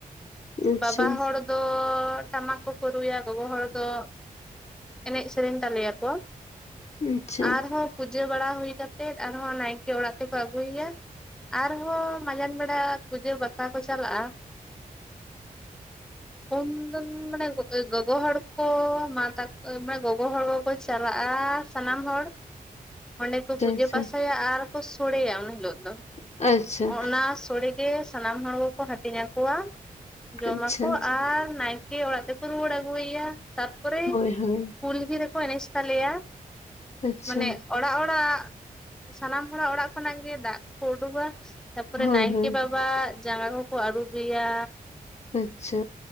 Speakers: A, on the left; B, in the centre.
A: ᱟᱪᱪᱷᱟ
B: ᱵᱟᱵᱟ
A: ᱟᱪᱪᱷᱟ
B: ᱦᱚᱲ ᱫᱚ ᱴᱟᱢᱟᱠ ᱠᱚᱠᱚ ᱨᱩᱭᱟ ᱜᱚᱜᱚ ᱦᱚᱲ ᱫᱚ ᱮᱱᱮᱡ ᱥᱮᱨᱮᱧ ᱛᱟᱞᱮᱭᱟ ᱠᱚ᱾
A: ᱟᱪᱪᱷᱟ
B: ᱟᱨᱦᱚᱸ ᱯᱩᱡᱟᱹ ᱵᱟᱲᱟ ᱦᱩᱭ ᱠᱟᱛᱮᱫ ᱟᱨᱦᱚᱸ ᱱᱟᱭᱠᱮ ᱚᱲᱟᱜ ᱛᱮᱠᱚ ᱟᱹᱜᱩᱭ ᱭᱟ᱾ ᱟᱨᱦᱚ ᱢᱟᱡᱟᱱ ᱵᱮᱲᱟ ᱯᱩᱡᱟᱹ ᱵᱟᱠᱷᱨᱟ ᱠᱚ ᱪᱟᱞᱟᱜᱼᱟ᱾ ᱩᱱ ᱫᱚᱱ ᱢᱟᱲᱮ ᱜᱚ ᱮ ᱜᱚᱜᱚ ᱦᱚᱲ ᱠᱚ ᱢᱟ ᱛᱟ ᱢᱟᱱᱮ ᱜᱚᱜᱚ ᱦᱚᱲ ᱠᱚ ᱪᱟᱞᱟᱜᱼᱟ ᱥᱟᱱᱟᱢ ᱦᱚᱲ᱾ ᱚᱸᱰᱮ ᱠᱚ ᱯᱩᱡᱟᱹ
A: ᱟᱪᱪᱷᱟ
B: ᱯᱟᱥᱟᱭᱟ ᱟᱨ ᱠᱚ ᱥᱳᱲᱮᱭᱟ ᱩᱱ ᱦᱤᱞᱳᱜ ᱫᱚ᱾
A: ᱟᱪᱪᱷᱟ
B: ᱚᱱᱟ ᱥᱳᱲᱮ ᱜᱮ ᱥᱟᱱᱟᱢ ᱦᱚᱲ ᱜᱚᱠᱚ ᱦᱟᱹᱴᱤᱧ ᱟᱠᱚᱣᱟ᱾ ᱡᱚᱢ
A: ᱟᱪᱪᱷᱟ
B: ᱟᱠᱚ ᱟᱨ ᱱᱟᱭᱠᱮ ᱚᱲᱟᱜ ᱛᱮᱠᱚ ᱨᱩᱣᱟᱹᱲ ᱟᱹᱜᱩᱭ ᱭᱟ ᱛᱟᱨᱯᱚᱨᱮ
A: ᱦᱳᱭ ᱦᱳᱭ
B: ᱠᱩᱞᱦᱤ ᱨᱮᱠᱚ ᱮᱱᱮᱪ ᱛᱟᱞᱮᱭᱟ,
A: ᱟᱪᱪᱷᱟ
B: ᱢᱟᱱᱮ ᱚᱲᱟᱜ ᱚᱲᱟᱜ ᱥᱟᱱᱟᱢ ᱦᱚᱲᱟᱜ ᱚᱲᱟᱜ ᱠᱷᱚᱱᱟᱜ ᱜᱮ ᱫᱟᱜ ᱠᱚ ᱩᱰᱩᱜᱟ᱾ ᱛᱟᱯᱚᱨᱮ
A: ᱦᱳᱭ
B: ᱱᱟᱭᱠᱮ
A: ᱦᱳᱭ
B: ᱵᱟᱵᱟ ᱡᱟᱸᱜᱟ ᱠᱚᱠᱚ ᱟᱹᱨᱩᱵ ᱮᱭᱟ᱾
A: ᱟᱪᱷᱟ᱾